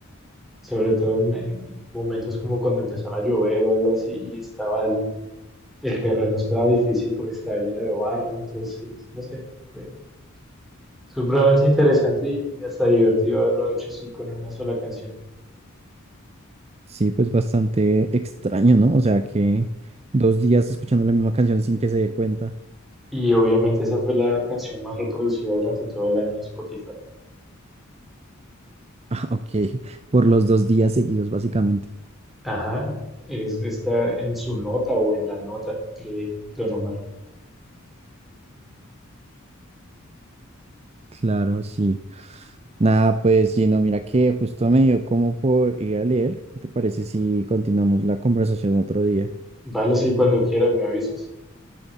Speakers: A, in the centre; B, on the right (about 30°).
A: sobre todo en, en momentos como cuando empezaba a llover o algo así, y estaba el, el terreno estaba difícil porque estaba lleno de barro, entonces, no sé, fue supremamente interesante y hasta divertido haberlo hecho así con una sola canción.
B: Sí, pues bastante extraño, ¿no? O sea que dos días escuchando la misma canción sin que se dé cuenta. <laughs>
A: Y obviamente esa fue la canción más reproducida durante todo el año en Spotify.
B: Ah, ok. Por los dos días seguidos, básicamente.
A: Ajá, es está en su nota o en la nota de Don Omar.
B: Claro, sí. Nada, pues Gino, mira que justo me dio como por ir a leer. ¿Qué te parece si continuamos la conversación otro día?
A: Vale, sí, cuando quieras me avisas.